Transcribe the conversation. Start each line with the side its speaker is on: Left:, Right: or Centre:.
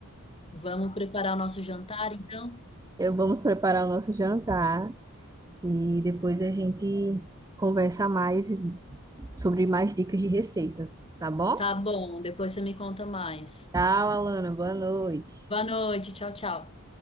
Left: Vamos preparar o nosso jantar, então?
Right: Eu vamos preparar o nosso jantar e depois a gente conversa mais sobre mais dicas de receitas, tá bom?
Left: Tá bom, depois você me conta mais.
Right: Tchau, Alana. Boa noite.
Left: Boa noite, tchau, tchau.